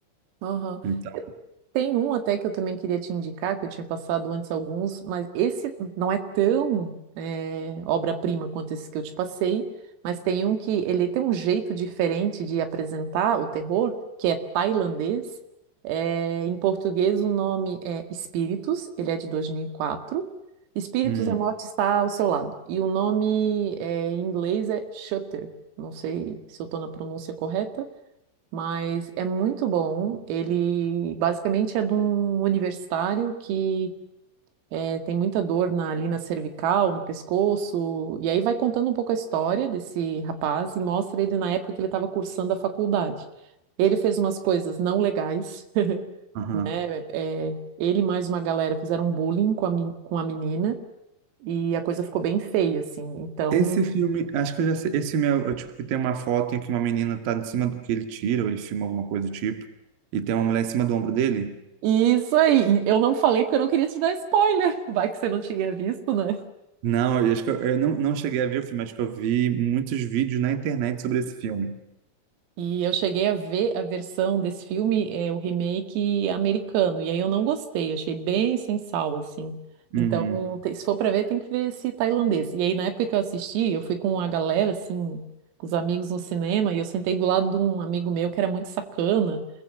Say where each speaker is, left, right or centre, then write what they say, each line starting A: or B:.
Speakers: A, on the right (about 85°); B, on the right (about 55°).
A: Aham.
B: Então,
A: Tem um até que eu também queria te indicar, que eu tinha passado antes alguns, mas esse não é tão eh, obra-prima quanto esse que eu te passei, mas tem um que ele tem um jeito diferente de apresentar o terror, que é tailandês. Eh, em português o nome é Espíritos, ele é de 2004. Espíritos,
B: hum,
A: a morte está ao seu lado. E o nome eh, em inglês é Shutter. Não sei se eu estou na pronúncia correta mas é muito bom. Ele basicamente é de um universitário que eh, tem muita dor na, ali na cervical, no pescoço, e aí vai contando um pouco a história desse rapaz e mostra ele na época que ele estava cursando a faculdade. Ele fez umas coisas não legais,
B: aham.
A: <laughs> eh, ele e mais uma galera fizeram bullying com a, men- com a menina. E a coisa ficou bem feia, assim. Então,
B: Esse filme, acho que eu já sei. Esse filme é, o é tipo que tem uma foto em que uma menina tá em cima do que ele tira, ou ele filma alguma coisa do tipo, e tem uma mulher em cima do ombro dele.
A: isso aí. Eu não falei porque eu não queria te dar spoiler. <laughs> Vai que você não tinha visto, né?
B: Não, eu acho que eu, eu não, não cheguei a ver o filme, acho que eu vi muitos vídeos na internet sobre esse filme.
A: E eu cheguei a ver a versão desse filme, é, o remake americano, e aí eu não gostei, achei bem sem sal, assim.
B: Uhum.
A: Então, te- se for pra ver, tem que ver esse tailandês. E aí, na época que eu assisti, eu fui com a galera, assim, com os amigos no cinema, e eu sentei do lado de um amigo meu que era muito sacana,